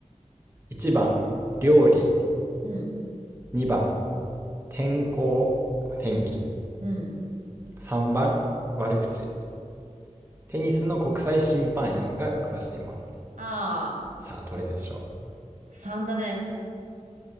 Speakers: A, on the right; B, on the right.
A: 1番、料理。
B: うん、
A: 2番、天候、天気。
B: うん。
A: 3番、悪口。テニスの国際審判員が詳しいもの。
B: あ
A: さあ、どれでしょ
B: あ、3だね。